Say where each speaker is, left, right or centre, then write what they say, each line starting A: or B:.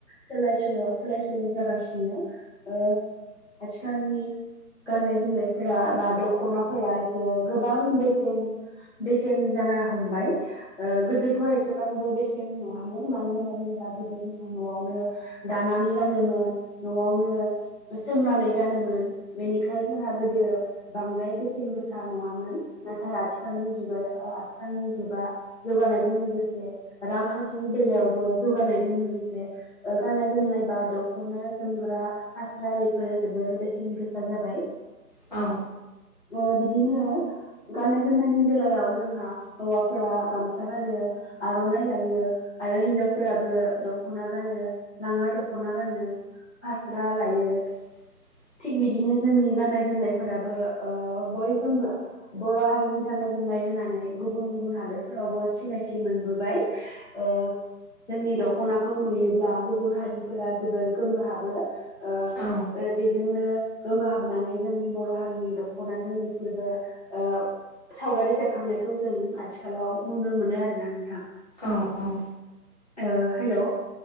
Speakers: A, on the left; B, on the left.
A: सोलाय सोल' सोलाय सोल' जागासिनो ओ आथिखालनि गाननाय जोमनायफोरा बा दख'नाफोरा एसे गोबां बेसेन बेसेन जानाय ना हमबाय ओ गोदोथ' एसेबांबो बेसे सेन नङामोन मानो होनना बुङोब्ला गोदो जोंहा न'आवनो दानानै गानोमोन न'आवनो <inaudible> सोंनानानै गानोमोन बेनिखाय जोंहा गोदो बांद्राय बेसेन गोसा नङामोन नाथाय आथिखालनि जुगाया ओ आ थिखालनि जुगा जौगानायजों लोगोसे रांखान्थिनि बेलायावबो जौगानायजों लोगोसे ओ गाननाय जोमनाय बा दख'ना जोमग्रा फास्रा बेफोरो जोबोर बेसेन गोसा जाबाय।
B: औ
A: अ बिदिनो गाननाय जोमनायनि बेलायाव जोंहा हौवाफोरा गामसा गानो आर'नाइ लायो आरो हिनजावफोराबो दख'ना गानो लाङा दख'ना गानो फास्रा लायो
B: <inaudible>
A: थिग बिदिनो जोंनि गाननाय जोमनायफोराबो ओ बयजोंबो बर' हारिनि गाननाय जोम नाय होननानै गुबुन गुबुन हादरफोरावबो सिनायथि मोनबोबाय ओ जोंनि दख'नाखौ नुयोब्ला गुबुन हारिफोरा जोबोर गोमोहाबो ओ
B: औ
A: ओ बेजोंनो गोमोहाबनानै जोंनि बर' हारिनि दख'नाजों बिसोरबो ओ सावगारि सेबखांनायखौ जों आथिखालाव नुनो मोनो आरोना नोंथां।
B: औ औ
A: ओ हेल'